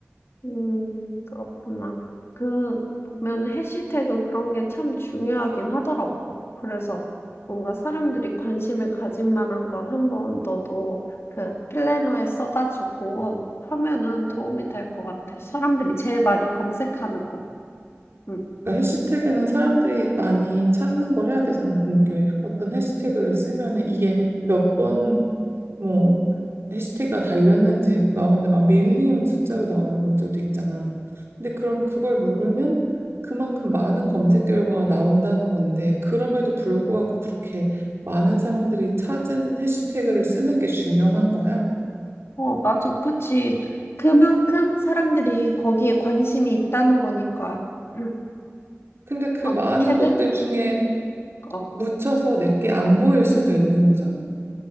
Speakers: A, on the left (about 60°); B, on the right (about 60°).
A: 음 그렇구나. 그 보면은 해시태그 그런 게 참 중요하긴 하더라고. 그래서 뭔가 사람들이 관심을 가질 만한 건 한번 너도 그 플래너에 써 가지고 하면은 도움이 될 것 같아. 사람들이 제일 많이 검색하는 거. 음.
B: 그러니까 해시태그는 사람들이 많이 찾는 걸 해야 되잖아. 근데 그 어떤 해시태그를 쓰면은 이게 몇 번 뭐 해시태그가 달렸는지 나오는데 막 밀리언 숫자로 나오는 것들도 있잖아. 근데 그러면 그걸 누르면 그만큼 많은 검색 결과가 나온다는 건데 그럼에도 불구하고 그렇게 많은 사람들이 찾은 해시태그를 쓰는 게 중요한 거야.
A: 어, 맞아. 그치. 그만큼 사람들이 거기에 관심이 있다는 거니까. 음,
B: 근데 그
A: 어떻게든,
B: 많은 것들 중에
A: 어.
B: 묻혀서 내게 안 보일 수도 있는 거잖아.